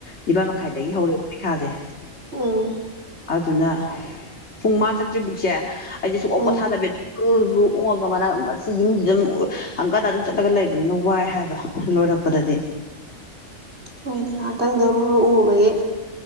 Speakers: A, on the left; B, on the right.
A: ꯅꯤꯄꯥ ꯃꯈꯥꯏꯗꯒꯤ ꯍꯧꯔꯛꯦ ꯥꯖꯦ
B: ꯑ
A: ꯑꯗꯨꯅ ꯄꯨꯡ ꯃꯥꯥ ꯆꯠꯇ꯭ꯔꯤ ꯐꯕꯨꯛꯁꯦ ꯑꯩꯁꯦ ꯁꯨꯛ ꯑꯣꯞ
B: ꯎꯝ
A: ꯄꯣꯊꯥꯗꯕꯤꯨꯨ ꯑꯣꯡꯉꯒ ꯃꯅꯥꯛ ꯃꯁꯤ ꯌꯨꯝꯁꯤ ꯑꯗꯨꯝ ꯍꯪꯀꯥꯟꯗ ꯑꯗꯨꯝ ꯆꯠꯂꯒ ꯂꯩꯕꯅꯤꯅ ꯋꯥꯏ ꯍꯥꯏꯕ ꯂꯣꯏꯔꯛꯄꯗꯗꯤ
B: ꯍꯣꯏꯅꯦ ꯉꯥꯏꯍꯥꯛꯇꯪꯗ ꯂꯨꯔꯨꯉꯨꯕꯒꯤ